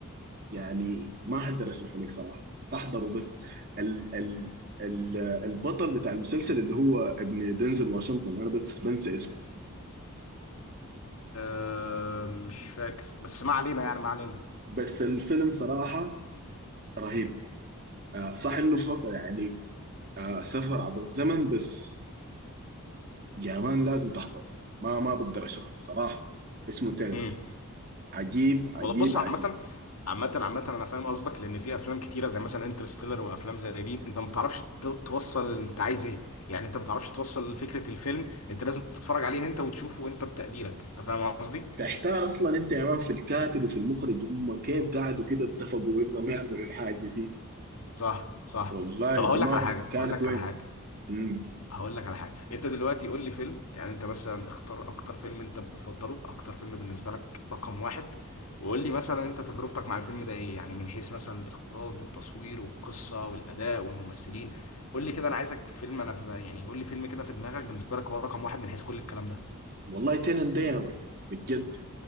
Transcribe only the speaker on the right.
يعني ما اقدر اشرحه لك صراحه احضره بس ال ال ال البطل بتاع المسلسل اللي هو ابن دنزل واشنطن انا بس بنسى اسمه
بس الفيلم صراحه رهيب آه صح انه فقط يعني آه سفر عبر الزمن بس يا مان لازم تحضره ما ما بقدر اشرحه بصراحه اسمه تنت
عجيب عجيب
عجيب
تحتار اصلا انت يا مان في الكاتب وفي المخرج هم كيف قعدوا كده اتفقوا انهم يعملوا الحاجه دي
والله
دماغهم
كانت
وين
امم
والله تنن ده يا مان بجد